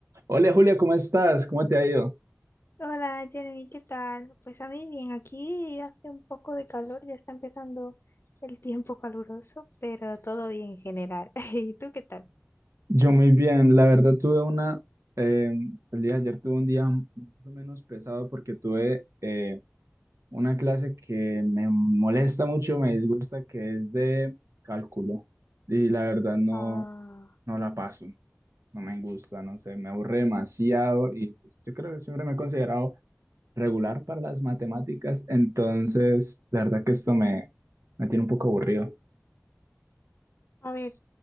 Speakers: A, on the right; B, on the left.
A: Hola Julia, ¿cómo estás? ¿Cómo te ha ido?
B: Hola Jeremy, ¿qué tal? Pues a mí bien, aquí hace un poco de calor, ya está empezando el tiempo caluroso, pero todo bien en general. <laughs> ¿Y tú qué tal?
A: Yo muy bien, la verdad tuve una, eh, el día de ayer tuve un día más o menos pesado porque tuve eh, una clase que me molesta mucho, me disgusta, que es de cálculo y la verdad no,
B: Ah,
A: no la paso, no me gusta, no sé, me aburre demasiado y pues, yo creo que siempre me he considerado regular para las matemáticas, entonces la verdad que esto me, me tiene un poco aburrido.
B: A ver,